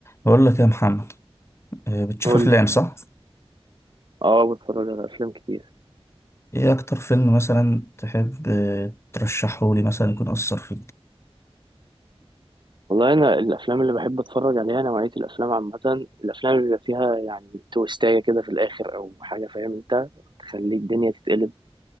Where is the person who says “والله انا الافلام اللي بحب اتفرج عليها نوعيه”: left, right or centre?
Right